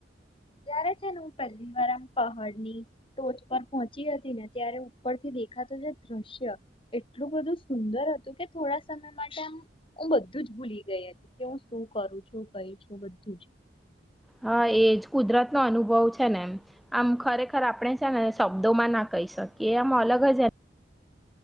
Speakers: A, on the left; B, in the centre.
A: જ્યારે છે ને હું પહેલી વાર આમ પહાડની ટોચ પર પહોંચી હતી ને ત્યારે ઉપરથી દેખાતું એ દ્રશ્ય એટલું બધું સુંદર હતું કે થોડા સમય માટે આમ હું બધું જ ભૂલી ગઈ હતી કે હું શું કરું છું કઈ છું બધું જ.
B: હા એજ કુદરત નો અનુભવ છે ને એમ આમ ખરેખર આપણે છે ને શબ્દો માં ના કહી શક કે આમ અલગ જ એ